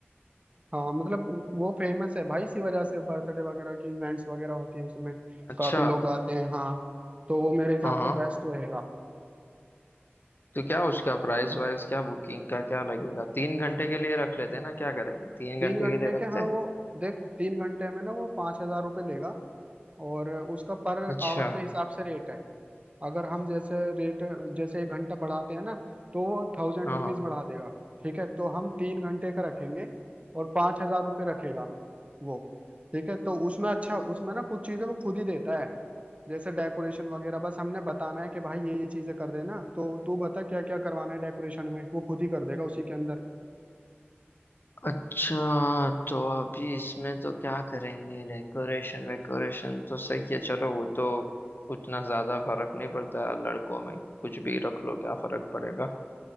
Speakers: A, on the right; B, on the left.
A: हाँ मतलब वो फेमस है भाई इसी वजह से बर्थडे वगैरह के इवेंट्स वगैरह होती हैं उसमें
B: अच्छा
A: काफी लोग आते हैं हाँ तो वो मेरे हिसाब
B: हाँ हाँ
A: से बेस्ट रहेगा
B: तो क्या उसका प्राइस वाइस क्या बुकिंग का क्या लगेगा तीन घंटे के लिए रख लेते हैं ना क्या करेंगे तीन
A: तीन
B: घंटे
A: घंटे
B: के लिए
A: के
B: रखते
A: हाँ
B: हैं
A: वो देख तीन घंटे में ना वो पाँच हजार रुपये लेगा और उसका पर
B: अच्छा
A: आवर के हिसाब से रेट है अगर हम जैसे रेट जैसे एक घंटा बढ़ाते हैं ना तो वो थाउजेंड
B: हाँ
A: रुपीज
B: हाँ
A: बढ़ा देगा ठीक है तो हम तीन घंटे का रखेंगे और पाँच हजार रुपये रखेगा वो ठीक है तो उसमें अच्छा उसमें ना कुछ चीजें वो खुद ही देता है जैसे डेकोरेशन वगैरह बस हमने बताना है कि भाई ये ये चीजें कर देना तो तू बता क्या क्या करवाना है डेकोरेशन में वो खुद ही कर देगा उसी के अंदर
B: अच्छा तो अभी इसमें तो क्या करेंगे डेकोरेशन वेकोरेशन तो सही है चलो वो तो उतना ज्यादा फर्क नहीं पड़ता लड़कों में कुछ भी रख लो क्या फर्क पड़ेगा